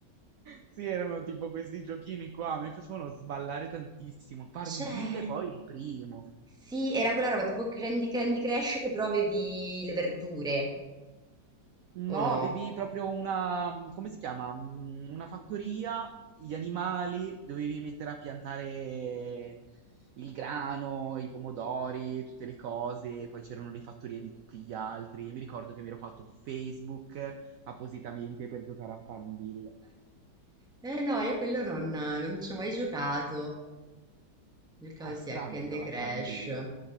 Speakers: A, on the right; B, in the centre.
A: Sì, erano tipo questi giochini qua, mi facevano sballare tantissimo. Farmville
B: Certo,
A: poi il primo.
B: sì, era quella roba tipo Candy, Candy Crush che però avevi le verdure,
A: No,
B: o no?
A: avevi proprio una, mm, come si chiama? Mm, Una fattoria, gli animali, dovevi mettere a piantare il grano, i pomodori, tutte le cose, poi c'erano le fattorie di tutti gli altri. Mi ricordo che mi ero fatto Facebook appositamente per giocare a Farmville.
B: Eh no, io quello non, non ci ho mai giocato. Giocavo
A: Eh, È
B: sì
A: strano
B: a Candy
A: però
B: Crush.
A: a Farmville.